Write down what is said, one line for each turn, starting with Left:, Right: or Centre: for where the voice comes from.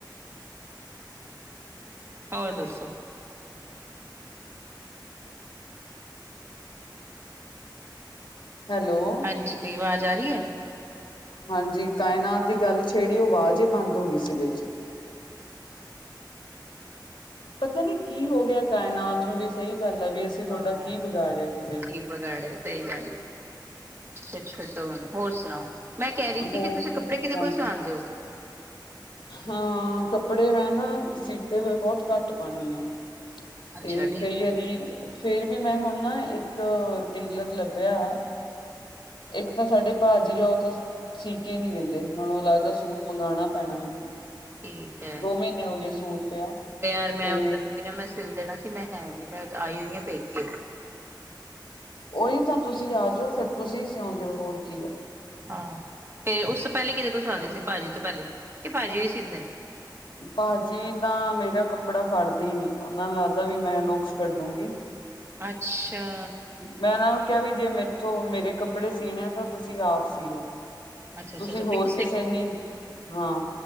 Right: ਹੋਰ ਦੱਸੋ
Left: ਹੈਲੋ,
Right: ਹਾਂਜੀ ਆਵਾਜ਼ ਆ ਰਹੀ ਏ।
Left: ਹਾਂਜੀ ਕਾਇਨਾਤ ਦੀ ਗੱਲ ਛੇੜੀ, ਉਹ ਆਵਾਜ਼ ਹੀ ਬੰਦ ਹੋ ਗਈ ਸੀ ਵਿਚ। ਪਤਾ ਨੀ ਕੀ ਹੋ ਗਿਆ ਕਾਇਨਾਤ ਨੂੰ ਵੀ, ਸਹੀ ਗੱਲ ਆ ਵੀ ਅਸੀਂ ਤੁਹਾਡਾ
Right: ਹਾਂ,
Left: ਕੀ ਵਿਗਾੜਿਆ ਕਿਸੇ ਨੇ।
Right: ਕੀ ਬਗਾੜਿਆ ਸਹੀ ਗੱਲ ਹੈ ਅੱਛਛੱਡੋ ਨ ਹੋਰ ਸੁਣਾਓ, ਮੈਂ ਕਹਿ ਰਹੀ ਸੀ
Left: ਹੋ
Right: ਕਿ ਤੁਸੀਂ ਕੱਪੜੇ ਕਿਹਦੇ
Left: ਹਾਂ
Right: ਕੋਲ ਸਵਾਂਦੇ ਹੋ
Left: ਹਾਂ ਕੱਪੜੇ ਮੈਂ ਨਾ, ਸੀਤੇ ਹੋਏ ਬਹੁਤ ਘੱਟ ਪਾਉਦੀ ਹਾਂ
Right: ਅੱਛਾ
Left: ਤੇ
Right: ਠੀਕ
Left: ਕਈ
Right: ਹੈ
Left: ਵਾਰੀ ਫੇਰ ਵੀ ਮੈਂ ਹੁਣ ਨਾ ਇੱਕ ਟੇਲਰ ਲੱਭਿਆ। ਇੱਕ ਤਾਂ ਸਾਡੇ ਭਾਜੀੀ ਆ ਉਹ ਤਾਂ ਸੀ ਕੇ ਨੀ ਦਿੰਦੇ ਹੁਣ ਉਹ ਲੱਗਦਾ ਸੂਟ ਮੰਗਵਾਉਣਾ ਪੈਣਾ ਮੈਨੂੰ
Right: ਠੀਕ ਹੈ।
Left: ਦੋ ਮਹੀਨੇ ਹੋ ਗਏ ਸੂਟ ਪਿਆ।
Right: ਯਾਰ ਮੈਂ
Left: ਤੇ
Right: ਉੱਧਰੋਂ ਨਾ ਮੈਂ ਸਿਲ ਦੇਣਾ ਸੀ ਮੈਂ ਹੈ ਨ ਮੈਂ ਆਈ ਹੋਈ ਹਾਂ ਪੇਕੇ
Left: ਉਹੀ ਤਾਂ ਤੁਸੀਂ ਆ ਜਾਓ ਫਿਰ ਤੁਸੀਂ ਸਿਉਂਜੋ ਹੋਰ ਕੀ ਆ।
Right: ਹਾਂ ਫੇਰ ਉਸ ਤੋਂ ਪਹਿਲੇ ਕਿਦੇ ਕੋਲ ਸੁਆਉਂਦੇ ਸੀ ਭਾਜੀ ਤੋਂ ਪਹਿਲੇ ਕਿ ਭਾਜੀ ਹੀ ਸੀਂਦੇ ਨੇ।
Left: ਭਾਜੀ ਤਾਂ ਮੇਰਾ ਕੱਪੜਾ ਫੜਦੇ ਹੀ ਨੀੰ, ਉਹਨਾਂ ਨੂੰ ਲੱਗਦਾ ਵੀ ਮੈਂ ਨੁਕਸ ਕੱਢੂੰਗੀ।
Right: ਅੱਛਾ।
Left: ਮੈਂ ਇਹਨਾਂ ਨੂੰ ਕਿਹਾ ਵੀ ਜੇ ਮੇਥੋਂ ਮੇਰੇ ਕੱਪੜੇ ਸੀਣੇ ਆ ਤਾਂ ਤੁਸੀਂ ਆਪ ਸੀਓ।
Right: ਅੱਛਾ ਅੱਛਾ
Left: ਤੁਸੀਂ
Right: ਅੱਛਾ
Left: ਹੋਰ
Right: ਵੀ
Left: ਕਿਸੇ
Right: ਕੋਲ
Left: ਨੀ ਹਾਂ